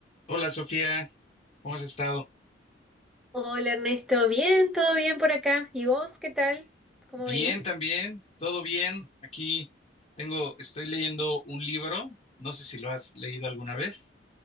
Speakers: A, on the left; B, in the centre.
A: Hola Sofía, ¿cómo has estado?
B: Hola Ernesto, bien, todo bien por acá. ¿Y vos qué tal? ¿Cómo
A: Bien
B: venís?
A: también, todo bien. Aquí tengo, estoy leyendo un libro, no sé si lo has leído alguna vez,